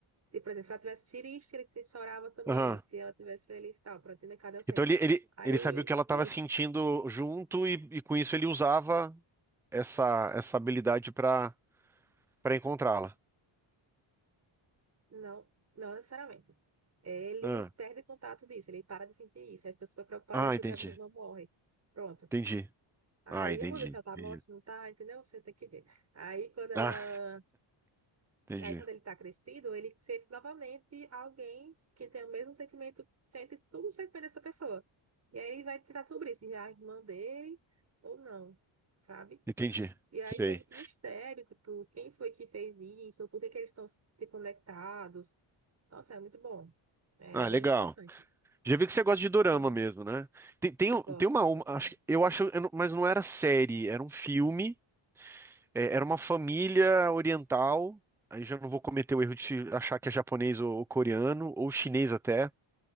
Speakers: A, on the right; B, in the centre.
A: E, por exemplo, se ela tivesse triste, ele se chorava também.
B: aham.
A: Se ela tivesse feliz e tal, pronto, entender cadê o centro?
B: Então ele, ele,
A: Aí,
B: ele sabia o que ela estava
A: isso.
B: sentindo junto e, e com isso ele usava essa, essa habilidade para para encontrá-la.
A: Não, não necessariamente. Ele
B: Ah,
A: perde contato disso, ele para de sentir isso. Aí a pessoa fica preocupada
B: ah,
A: e acha
B: entendi,
A: que a pessoa morre. Pronto.
B: entendi.
A: Aí
B: Ah, entendi,
A: eu não sei se ela tá
B: entendi.
A: morta, se não tá, entendeu? Você tem que ver. Aí quando ela.
B: Ah, entendi,
A: Aí quando ele tá crescido, ele sente novamente alguém que tem o mesmo sentimento, sente tudo o sentimento dessa pessoa. E aí ele vai tentar sobre isso, se é a irmã dele ou não, sabe?
B: entendi.
A: E aí
B: Sei.
A: tem muito mistério, tipo, quem foi que fez isso, por que que eles estão se conectados. Nossa, é muito bom. É
B: Ah,
A: bem
B: legal.
A: interessante.
B: Já vi que você
A: Acho
B: gosta de
A: que
B: dorama
A: vai
B: mesmo, né? Tem, tem, um-
A: gostar,
B: tem uma,
A: adoro,
B: uma-
A: adoro.
B: acho, que- eu acho, eu não- mas não era série, era um filme, é, era uma família oriental. Aí já não vou cometer o erro de chi- achar que é japonês ou, ou coreano ou chinês até,